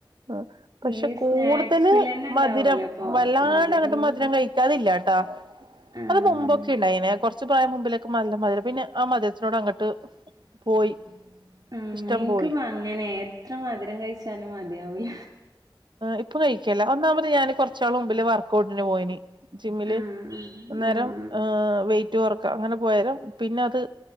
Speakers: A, on the right; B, on the right.
A: ആഹ് പക്ഷെ
B: ഈ
A: കൂടുതല്
B: സ്നാക്സിലന്നെ ഇണ്ടാവല്ലോ
A: മധിരം
B: അപ്പൊ
A: വല്ലാണ്ട്
B: മധുരല്ലത്
A: അങ്ങട്ട് മതുരം കയ്ക്കാതില്ലാട്ടാ
B: ആഹ്
A: അത് മുമ്പൊക്കെ ഉണ്ടായിനേ കൊർ ച്ച് പ്രായം മുമ്പിലേക്കെ നല്ല മധുരം പിന്നെ ആ മധുരത്തിനോട് അങ്ങട്ട് പോയി
B: ഉം
A: ഇഷ്ടം
B: ഇൻക്കിപ്പ
A: പോയി
B: അങ്ങനെ എത്ര മധുരം കഴിച്ചാലും മതിയാവൂല
A: ഇപ്പൊ കഴിക്കല്ല ഒന്നാമത് ഞാന് കൊർച്ചാള് മുമ്പില് വർക്കഔട്ടിന് പോയിനി ജിമ്മില്
B: ആഹ്
A: അന്നേരം
B: ആഹ്
A: ആഹ് വെറ്റ് റ്റ് കൊർക്ക അങ്ങനെ പോയാലും പിന്നെ അത്